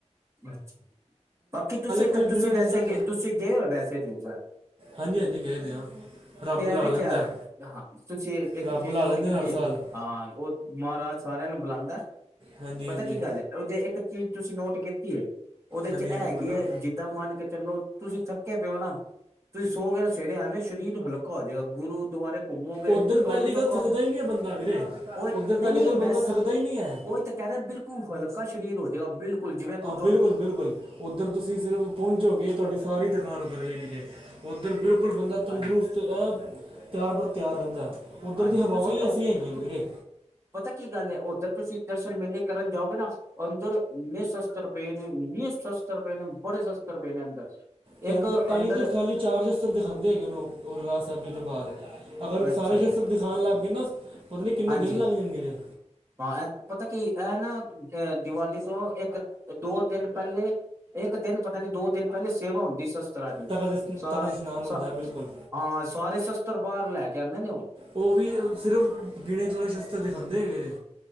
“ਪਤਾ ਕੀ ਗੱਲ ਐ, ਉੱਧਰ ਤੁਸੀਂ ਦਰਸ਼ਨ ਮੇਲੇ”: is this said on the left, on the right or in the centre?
Right